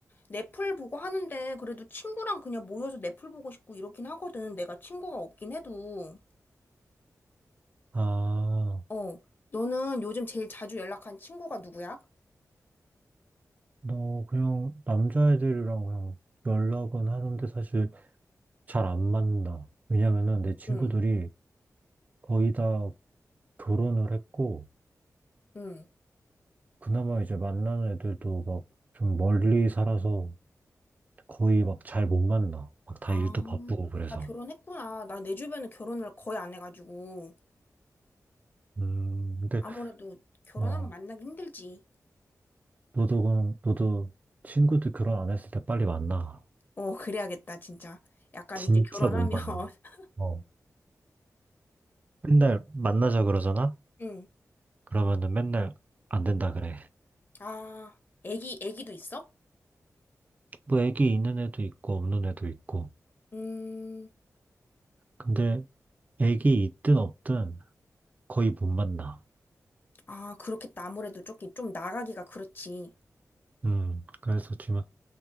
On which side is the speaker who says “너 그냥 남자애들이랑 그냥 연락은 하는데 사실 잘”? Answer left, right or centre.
Right